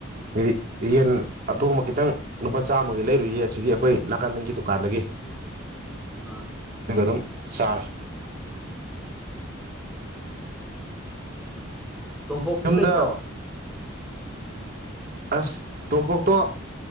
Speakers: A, on the right; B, in the centre.
A: ꯑꯗꯤ ꯌꯦꯟ ꯑꯊꯣꯡꯕ ꯈꯤꯇꯪ ꯂꯨꯄꯥ ꯆꯥꯝꯃꯒꯤ ꯂꯩꯔꯨꯏꯌꯦ ꯑꯁꯤꯒꯤ ꯑꯩꯈꯣꯏ ꯅꯥꯀꯥꯟꯗꯒꯤ ꯗꯨꯀꯥꯟꯗꯒꯤ
B: ꯋꯥ
A: ꯑꯗꯨ ꯁꯥꯔ
B: ꯇꯣꯄꯣꯛꯇꯤ
A: ꯌꯨꯝꯗ
B: ꯂꯩꯇ꯭ꯔꯣ
A: ꯑꯁ ꯇꯣꯝꯄꯣꯛꯇꯣ